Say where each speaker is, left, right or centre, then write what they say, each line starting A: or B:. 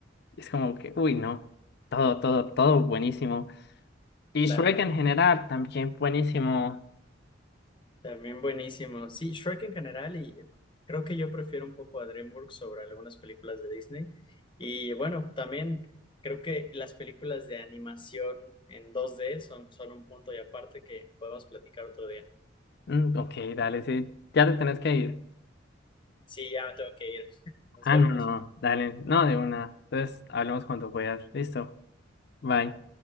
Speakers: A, on the left; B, on the left.
A: Es como que, uy, no. Todo, todo, todo buenísimo. Y
B: Claro,
A: Shrek en general también buenísimo.
B: también buenísimo. Sí, Shrek en general y creo que yo prefiero un poco a DreamWorks sobre algunas películas de Disney. Y bueno, también creo que las películas de animación en dos d son, son un punto y aparte que podemos platicar otro día.
A: Mm, ok, dale, sí. Ya te tenés que ir.
B: Sí, ya me tengo que ir. <laughs> Nos
A: Ah,
B: vemos.
A: no, no, dale, no de una. Entonces, hablamos cuando puedas. Listo. Bye.